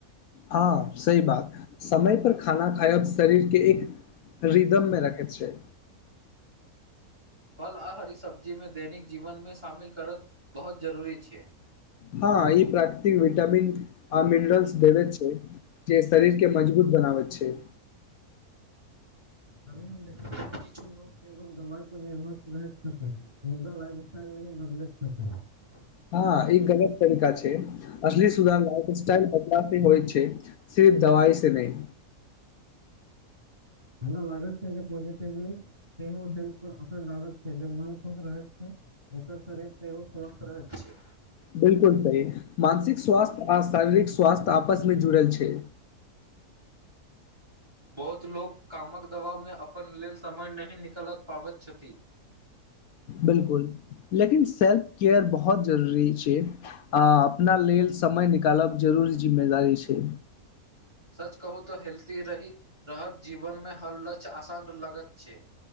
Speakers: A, on the left (about 75°); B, on the right (about 20°).
A: ह सी बात समय पर खाना खायब शरीरके एक रिदम मे रखै छै।
B: फल आ हरी सब्जीमे दैनिक जीवन मे शामिल करत बहुत जरूरी छै
A: ह ई प्राकृतिक विटामिन आ मिनरलस छै जे शरीर के मजबूत बनाब छै
B: कलिम देख किछु लोक केवल दवइ पर निर्भर रह छथि मुदा लाइफ स्टाइल नहि ही बदलैत छथि
A: हँ ई गलत तरीका छै असी सुधार लाइफ स्टाइल होइ छै सिर्फ दवाइ से नहि।
B: हमरा लागैत छै जे पॉजिटिवली सेहो हेल्थ पर असर डालत छै जे मन खुश रहैत छै। ओकर शरीर तग समस्त रहै छै।
A: बिल्कूल सी मानसिक स्वास्थ्य आ शारीरिक स्वस्थ्य आपसमे जुड़ल छै
B: बहुत लोक कामक दबावमे अपन लेलऽ समय नहि निकलि पाबैत छथि
A: बिल्कूल लेकिन सेल्फ केयर बहुत जरूरी छै आ अपना लेलऽ समय निकालब जरूरी जिम्मेदारी छै
B: सच कहू तऽ हेल्थी रही रहत जीवन मे हर लक्ष आसान लगत छै